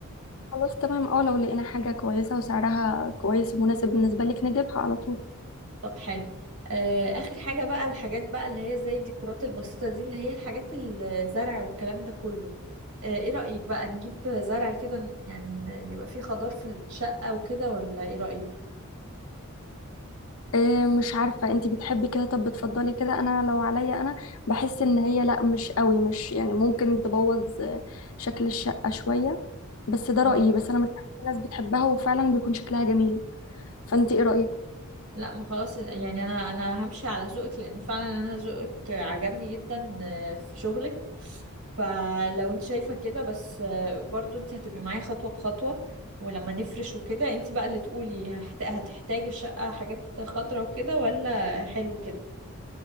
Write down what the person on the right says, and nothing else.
طب حلو أه، اخر حاجة بقى الحاجات بقى اللي هي زي الديكورات البسيطة دي اللي هي الحاجات الزرع والكلام ده كله أه، ايه رأيك بقى نجيب زرع كده يعني ن- يبقى فيه خضار في الشقة وكده ولا ايه رأيك
اه
لا ما خلاص يعني انا انا همشي على ذوقك لان فعلا انا ذوقك عجبني جدا آه، في شغلك فلو انت شايفة كده بس آه، برضو انت هتبقي معايا خطوة بخطوة ولما نفرش وكده انت بقى اللي تقولي هحت- هتحتاجي الشقة حاجات خضرا وكده ولا حلو كده